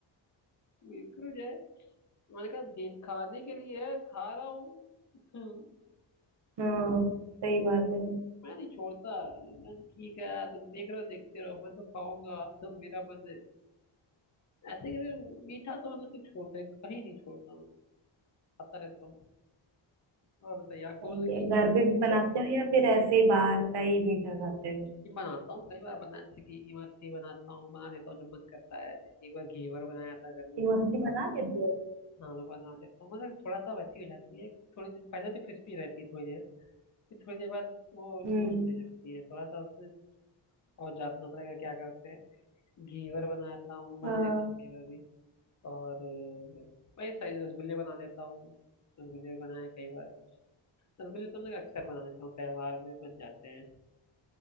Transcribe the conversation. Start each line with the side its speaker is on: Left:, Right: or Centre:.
Left: बिल्कुल जो है मैंने कहा दिन खाने के लिए है खा रहा हूँ <laughs>
Right: हाँ सही बात है
Left: मैं नहीं छोड़ता मैं ठीक है तुम देख रहे हो देखते रहो मैं तो खाऊंगा तो मेरा मन है ऐसे कहते हैं, मीठा तो मतलब कि छोड़ता ही नहीं- कहीं नहीं छोड़ता मैं खाता रहता हूँ और बताइए आपको
Right: सही
Left: मतलब
Right: है
Left: कि
Right: घर पे भी बनाते हो या फिर ऐसे ही बाहर का ही मीठा खाते हो
Left: ये बनाता हूँ कई बार बना जैसे कि इमरती बनाता हूँ बना लेता हूँ जब मन करता है एक बार घेवर बनाया था घर में
Right: घर पे बना लेते हो
Left: हाँ मैं बना लेता हूँ मतलब थोड़ा सा वैसी हो जाती है थोड़ी देर पहले तो क्रिस्पी रहती है थोड़ी देर फिर थोड़ी देर बाद वो लूज
Right: हम्म
Left: होने लगती है थोड़ा सा उसमें और जानना पड़ेगा क्या करते हैं घेवर बनाता हूँ बना
Right: हाँ
Left: लेता हूँ घेवर भी और अ, वही साइज रसगुल्ले बना लेता हूँ रसगुल्ले भी बनाए कई बार रसगुल्ले तो मैं अक्सर बना लेता हूँ त्योहार में बन जाते हैं